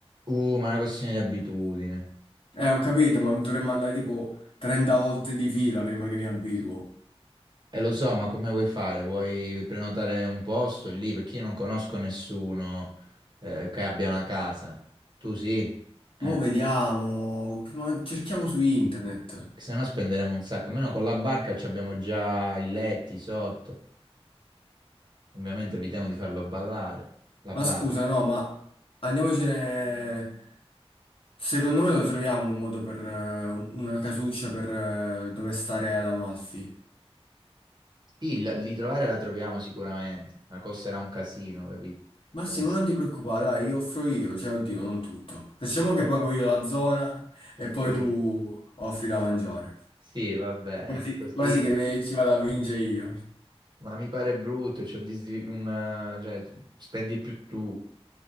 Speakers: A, on the right (about 45°); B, on the left (about 60°).
A: Uh, ma è una questione di abitudine.
B: Eh, ho capito, ma dovremmo andare tipo 30 volte di fila prima che mi abituo.
A: E lo so, ma come vuoi fare? Vuoi prenotare un posto lì? Perché io non conosco nessuno eh, che abbia una casa. Tu sì? Eh,
B: Mo' vediamo, ma cerchiamo su internet.
A: se no spenderemo un sacco. Almeno con la barca ci abbiamo già i letti sotto. Ovviamente evitiamo di farlo ballare. La
B: Ma
A: barca.
B: scusa, no, ma andiamocene. Secondo me lo troviamo un modo per eh, una casuccia per eh, dove stare ad Amalfi.
A: Sì, la- di trovare la troviamo sicuramente. Ma costerà un casino, capito?
B: Massimo,
A: Cioè, sì.
B: non ti preoccupare, dai, io offro io, cioè, oddio, non tutto. Facciamo
A: <laughs>
B: che pago io la zona e
A: Offroì.
B: poi tu offri da mangiare.
A: Sì, vabbè,
B: Quasi,
A: così.
B: quasi che mi- ci vado a vincere io.
A: Ma mi pare brutto, c'è un disdi- una- cioè, spendi più tu.